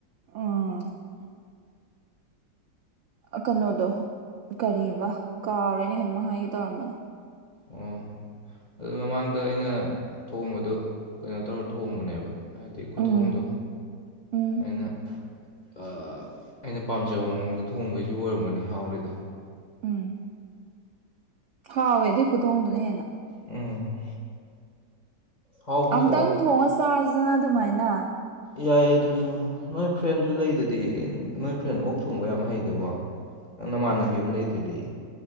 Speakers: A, on the right (about 75°); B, on the left (about 40°).
A: ꯎꯝ ꯑꯥ ꯀꯅꯣꯗꯣ ꯀꯔꯤꯕ ꯀꯥꯎꯔꯦꯅꯦ ꯀꯩꯅꯣꯝꯃ ꯍꯥꯏꯒꯦ ꯇꯧꯔꯝꯕꯅꯤ
B: ꯎꯝ ꯑꯗꯨ ꯃꯃꯥꯡꯗ ꯑꯩꯅ ꯊꯣꯡꯕꯗꯣ ꯀꯩꯅꯣ ꯇꯧꯔ ꯊꯣꯡꯕꯅꯦꯕ ꯍꯥꯏꯕꯗꯤ ꯈꯨꯊꯣꯡꯗꯣ
A: ꯎꯝ ꯎꯝ
B: ꯑꯩꯅ ꯑꯥ ꯑꯩꯅ ꯄꯥꯝꯖꯕ ꯃꯑꯣꯡꯗ ꯊꯣꯡꯕꯩꯖꯨ ꯑꯣꯏꯔꯝꯒꯅꯤ ꯍꯥꯎꯔꯤꯗꯣ
A: ꯎꯝ ꯍꯥꯎꯋꯦ ꯑꯗꯨꯏ ꯈꯨꯊꯣꯡꯗꯨꯅ ꯍꯦꯟꯅ
B: ꯎꯝ ꯍꯥꯎꯕꯅꯦ
A: ꯑꯝꯇꯪ
B: ꯑꯣꯛ
A: ꯊꯣꯡꯉ ꯆꯥꯖꯤꯗꯅꯥ ꯑꯗꯨꯃꯥꯏꯅ
B: ꯌꯥꯏꯌꯦ ꯑꯗꯨꯖꯨ ꯅꯣꯏ ꯐ꯭ꯔꯦꯟꯖꯨ ꯂꯩꯗꯨꯗꯤ ꯅꯣꯏ ꯐ꯭ꯔꯦꯟ ꯑꯣꯛ ꯊꯣꯡꯕ ꯌꯥꯝ ꯍꯩꯗꯨꯕꯣ ꯅꯪ ꯅꯃꯥꯟꯅꯕꯤ ꯑꯝ ꯂꯩꯗꯨꯗꯤ